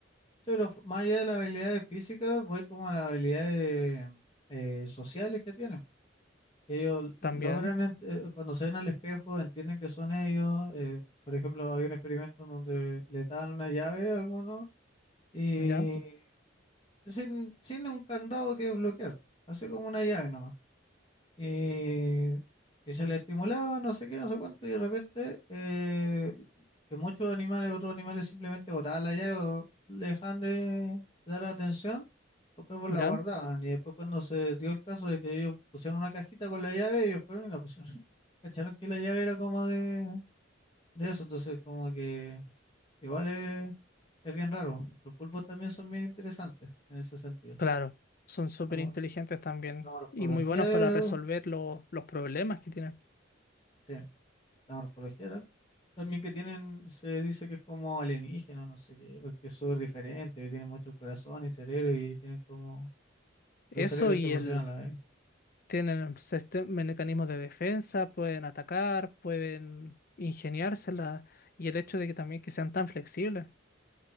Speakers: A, on the left; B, on the left.
A: pero f- más allá de las habilidades físicas, voy como a las habilidades eh, sociales que tienen. Ellos logran,
B: también,
A: ent- eh, cuando se ven al espejo, entienden que son ellos. eh, por ejemplo, hay un experimento en donde le dan una llave a algunos y
B: ¿ya?
A: sin, sin un candado que bloquear, así como una llave nomás. Y, y se le estimulaba, no sé qué, no sé cuánto, y de repente eh, que muchos animales, otros animales simplemente botaban la llave o le dejaban de dar atención. Los pues
B: ¿Ya?
A: la guardaban y después cuando se dio el caso de que ellos pusieron una cajita con la llave, ellos fueron y la pusieron. <laughs> Cacharon que la llave era como de, de eso, entonces como que igual es, es bien raro. Los pulpos también son bien interesantes en ese sentido.
B: Claro, son súper
A: La, mo-
B: inteligentes también
A: la morfología,
B: y muy buenos para resolver lo- los problemas que tienen.
A: sí, la morfología tam- también que tienen, se dice que es como alienígena, no sé qué, porque es súper diferente, que tienen mucho corazón y cerebro y tienen como
B: Eso
A: dos cerebros
B: y
A: que emocionan
B: el,
A: a la vez.
B: tienen sistem- mecanismos de defensa, pueden atacar, pueden ingeniársela y el hecho de que también que sean tan flexibles.